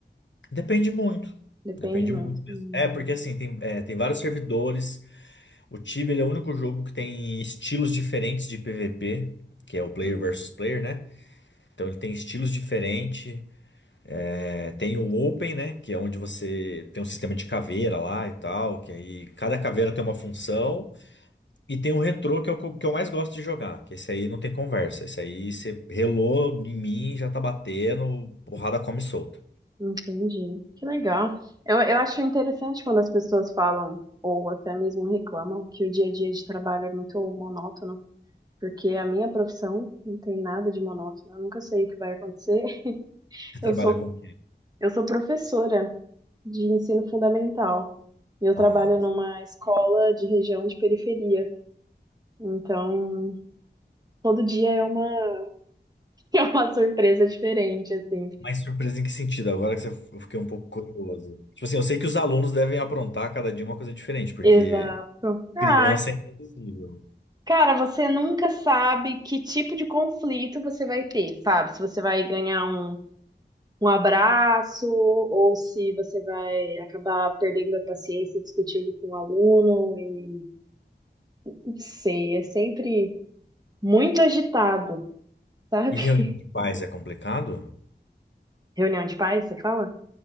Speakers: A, on the left; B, on the right.
A: Depende muito.
B: Depende
A: Depende
B: muito.
A: muito mesmo.
B: Hum.
A: É, porque assim, tem, é, tem vários servidores. O Tibia, ele é o único jogo que tem estilos diferentes de PVP, que é o player
B: Uhum.
A: versus player, né? Então ele tem estilos diferentes. É, tem o Open, né? Que é onde você tem um sistema de caveira lá e tal, que aí cada caveira tem uma função. E tem o retrô que é o que eu que eu mais gosto de jogar, que esse aí não tem conversa. Esse aí você relou em mim, já tá batendo, porrada come solta.
B: Entendi. Que legal. Eu, eu acho interessante quando as pessoas falam, ou até mesmo reclamam, que o dia a dia de trabalho é muito monótono, porque a minha profissão não tem nada de monótono. Eu nunca sei o que vai acontecer. <laughs>
A: Você
B: Eu
A: trabalha
B: sou,
A: com o quê?
B: eu sou professora de ensino fundamental e eu
A: Ah,
B: trabalho numa escola de região de periferia. Então, todo dia é uma, <laughs> é uma surpresa diferente, assim.
A: mas surpresa em que sentido? Agora que você, eu fiquei um pouco curioso. Tipo assim, eu sei que os alunos devem aprontar cada dia uma coisa diferente, porque
B: Exato. Ah,
A: criança é imprevisível.
B: Cara, você nunca sabe que tipo de conflito você vai ter, sabe? Se você vai ganhar um, um abraço ou se você vai acabar perdendo a paciência discutindo com o aluno. E... Não sei, é sempre muito agitado, sabe?
A: E reunião de
B: <laughs>
A: pais é complicado?
B: Reunião de pais, você fala?